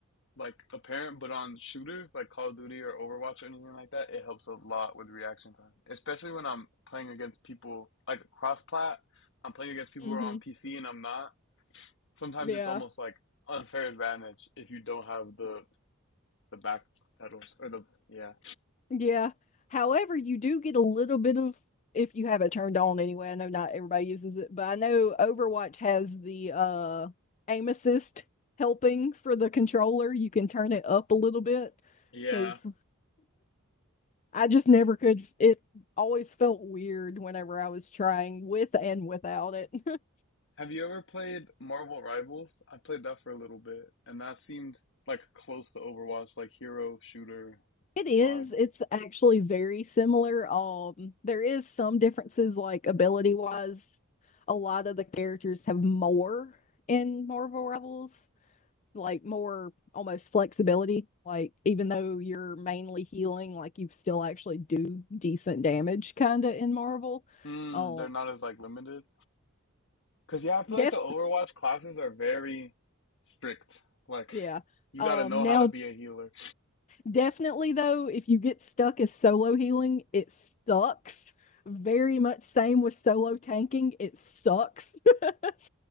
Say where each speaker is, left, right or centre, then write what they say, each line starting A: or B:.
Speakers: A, on the left; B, on the left.
A: like apparent, but on shooters like Call of Duty or Overwatch or anything like that, it helps a lot with reaction time. Especially when I'm playing against people like cross-plat. I'm playing against people
B: hmm
A: who are on PC and I'm not. Sometimes
B: Yeah.
A: it's almost like unfair advantage if you don't have the the back pedals or the yeah
B: Yeah. However, you do get a little bit of if you have it turned on anyway. I know not everybody uses it, but I know Overwatch has the uh aim assist helping for the controller. You can turn it up a little bit
A: yeah.
B: because I just never could. It always felt weird whenever I was trying with and without it. <laughs>
A: Have you ever played Marvel Rivals? I played that for a little bit, and that seemed like close to Overwatch, like hero shooter
B: It is.
A: vibe.
B: It's actually very similar. Um, there is some differences, like ability wise. A lot of the characters have more in Marvel Rebels, like more almost flexibility. Like even though you're mainly healing, like you still actually do decent damage, kinda in Marvel.
A: Mm,
B: Um,
A: they're not as like limited. Cause yeah, I feel
B: def
A: like the Overwatch classes are very strict. Like
B: yeah.
A: you
B: Um,
A: gotta know
B: now
A: how to be a healer.
B: Definitely, though, if you get stuck as solo healing, it sucks. Very much same with solo tanking, it sucks. <laughs>